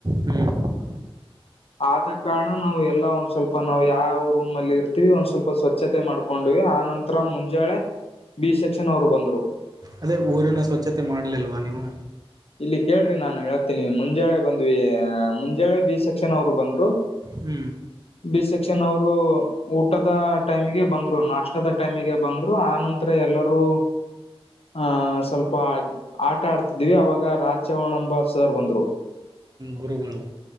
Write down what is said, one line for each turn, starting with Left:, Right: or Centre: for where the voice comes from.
Right: ಹ್ಮ್
Left: ಆದ ಕಾರಣ ನಾವು ಎಲ್ಲಾ ಒಂದ್ ಸ್ವಲ್ಪ ನಾವ್ ಯಾವ ರೂಮ್ ಲ್ಲಿ ಇರ್ತೀವಿ ಒಂದ್ ಸ್ವಲ್ಪ ಸ್ವಚ್ಛತೆ ಮಾಡ್ಕೊಂಡವಿ ಆ ನಂತರ ಮುಂಜಾಳೆ ಬಿ ಸೆಕ್ಷನ್ ಅವ್ರು ಬಂದ್ರು
Right: ಅದೇ ಊರಿನ ಸ್ವಚ್ತೆ ಮಾಡ್ಲಿಲ್ವಾ ನೀವು
Left: ಇಲ್ಲಿ ಕೇಳ್ರಿ ನಾನು ಹೇಳ್ತೀನಿ ಮುಂಜಾಳೆ ಬಂದ್ವಿ ಮುಂಜಾಳೆ ಬಿ ಸೆಕ್ಷನ್ ಅವ್ರು ಬಂದ್ರು
Right: ಹ್ಮ್
Left: ಬಿ ಸೆಕ್ಷನ್ ಅವರು ಊಟದ ಟೈಮಿಗೆ ಬಂದ್ರು ನಾಷ್ಟದ ಟೈಮಿಗೆ ಬಂದ್ರು ಆ ನಂತರ ಎಲ್ಲರೂ ಆಹ ಸ್ವಲ್ಪ ಆಟ ಆಡ್ತಿದ್ವಿ ಅವಾಗ್. ಆಗ ರಾಜಚವಣಂಬ ಸರ್ ಬಂದ್ರು.
Right: ಗುರುಗಳು.